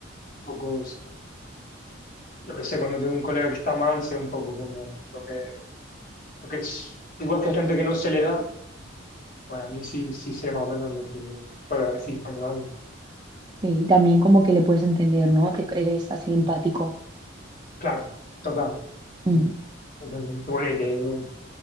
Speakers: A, on the left; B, on the right.
A: poco Yo que sé, cuando tengo un colega que está mal, sé un poco como lo que, lo que es. Igual que hay gente que no se le da, pues a mí sí, sí sé más o menos lo que puedo decir para mal.
B: Y también como que le puedes entender, ¿no? Te- eres así empático.
A: Claro, total.
B: Mm.
A: mm, Totalmente. Bueno, y que yo,